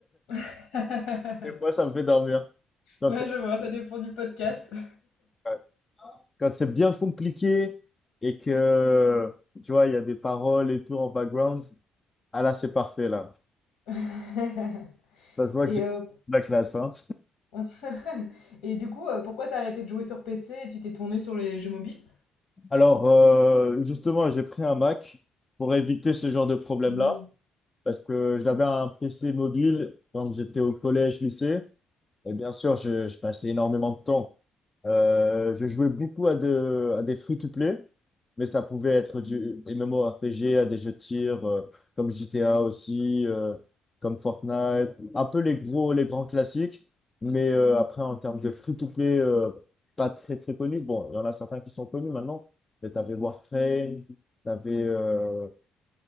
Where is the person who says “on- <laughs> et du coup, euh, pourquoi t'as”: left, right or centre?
Left